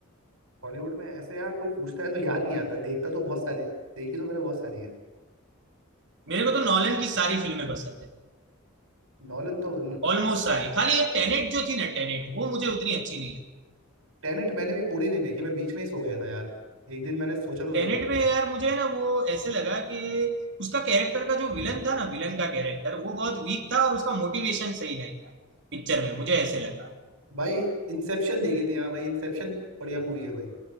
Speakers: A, on the right; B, on the right.
A: बॉलीवुड में ऐसे यार कोई पूछता है तो याद नहीं आता देखता तो बहुत सारी देखी तो मैंने बहुत सारी है
B: मेरे को तो नॉलन की सारी फिल्में पसंद है
A: नॉलन तो
B: ऑलमोस्ट सारी खाली ये टेनेट जो थी ना टेनेट वो मुझे उतनी अच्छी नहीं
A: टेनेट मैंने भी पूरी नहीं देखी मैं बीच में ही सो गया था यार एक दिन मैंने सोचा
B: लगी
A: तो
B: टेनेट
A: था देख
B: में यार मुझे ना वो ऐसे लगा कि उसका कैरेक्टर का जो विलन था ना विलन का कैरेक्टर वो बहुत वीक था और उसका मोटिवेशन सही नहीं था पिक्चर में मुझे ऐसे लगा
A: भाई इंसेप्शन देखी थी हाँ भाई इंसेप्शन बढ़िया मूवी है भाई